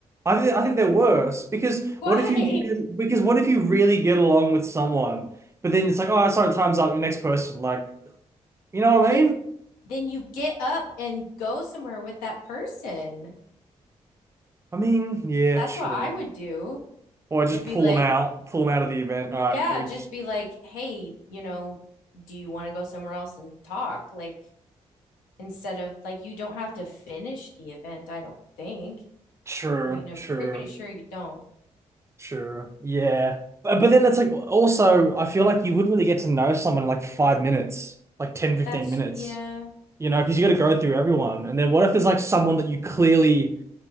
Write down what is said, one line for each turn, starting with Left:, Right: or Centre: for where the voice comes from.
Right: I think I
Left: You
Right: think
Left: think,
Right: they're worse because
Left: why?
Right: what if you really because what if you really get along with someone, but then it's like, oh, sorry, time's up, your next person. Like, you know
Left: Then
Right: what I mean?
Left: then you get up and go somewhere with that person.
Right: I mean, yeah,
Left: That's
Right: true.
Left: what I would do.
Right: Or I just
Left: I'd be
Right: pull
Left: like,
Right: them out, pull them out of the event. All right,
Left: Yeah,
Right: we
Left: just
Right: just
Left: be like, hey, you know, do you want to go somewhere else and talk? Like, instead of like, you don't have to finish the event, I don't think.
Right: true,
Left: I mean, I'm
Right: true,
Left: pretty sure you don't.
Right: true. Yeah, but but then it's like also I feel like you wouldn't really get to know someone in like five minutes, like ten fifteen
Left: That's,
Right: minutes,
Left: yeah.
Right: you know, because you got to go through everyone. And then what if there's like someone that you clearly